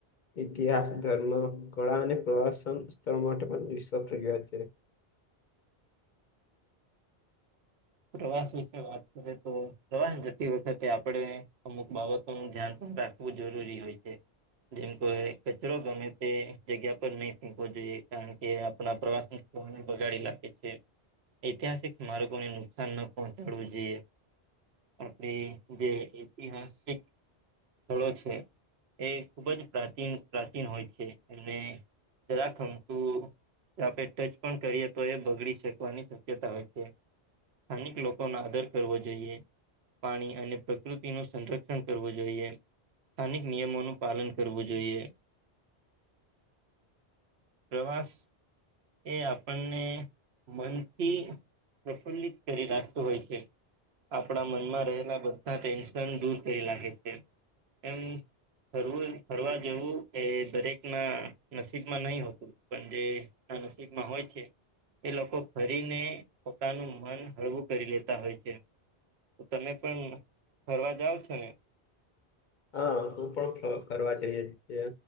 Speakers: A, on the left; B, on the right.
A: ઇતિહાસ ધર્મ કળા અને પ્રવાસન સ્થળ માટે પણ વિશ્વસ પ્રગ છે.
B: પ્રવાસ વિશે વાત કરીએ તો દવાન જતી વખતે આપણે અમુક બાબત. ધ્યાન પણ રાખવું જરૂરી હોય છે. જેમ કો કચરો ગમે તે જગ્યા પર નહી ફેંકવો જોઈએ કારણ કે આપણા પ્રવાસન. બગાડી લખે છે ઐતિહાસિક માર્ગોને નુકસાન ન પહોંચાડવું જોઈએ. આપણી જે ઐતિહાસિક સ્થળો છે. એ ખૂબ જ પ્રાચીન પ્રાચીન હોય છે એને જરાખમતું. આપણે ટચ પણ કરીએ તો એ બગડી શકવાની શક્યતા હોય છે. સ્થાનિક લોકો નો આદર કરવો જોઈએ. પાણી અને પ્રકૃતિ નું સંરક્ષણ કરવું જોઈએ. સ્થાનિક નિયમોનું પાલન કરવું જોઈએ. પ્રવાસ. એ આપણને મનથી પ્રફુલ્લિત. કરી નાખતું હોય છે. આપણા મનમાં રહેલા બધા ટેન્શન દૂર કરી નાખે છે એમ. ફરવું ફરવા જેવું એ દરેકના નસીબમાં નહી હોતું પણ જે. ના નસીબમાં હોય છે એ લોકો ફરીને પોતાનું મન હળવું કરી લેતા હોય છે તો તમે પણ ફરવા જાાવ છો ને
A: હા તું પણ ફર જઈએ છીએ